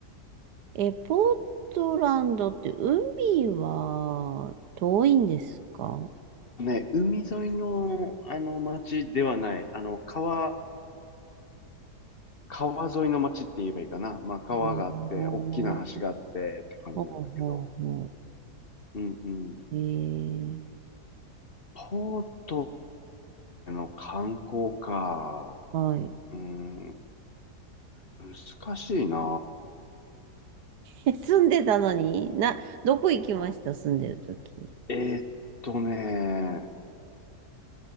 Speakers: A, on the right (about 80°); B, on the left (about 40°).
A: え、ポートランドって海は遠いんですか
B: う。ね、海沿いの、あの、町ではない、あの、川、川沿いの町って言えばいいかな。まあ川があって、
A: うんほ
B: 大きな橋があってって感じなんだけど。
A: うほうほ
B: うんうん。
A: う。えー、
B: ポートの観光か。
A: はい。
B: うん、難しいな
A: え住んでたのにな、どこ行きました住んでる時
B: えーっとね、